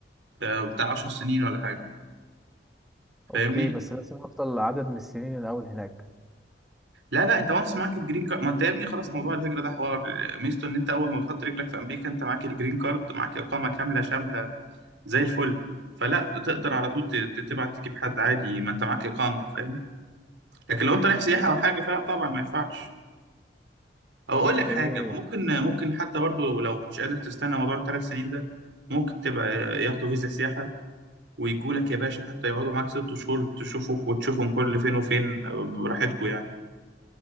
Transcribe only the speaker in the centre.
آه.
اوكي
بس لازم افضل عدد من السنين الاول هناك
مم.
اوكي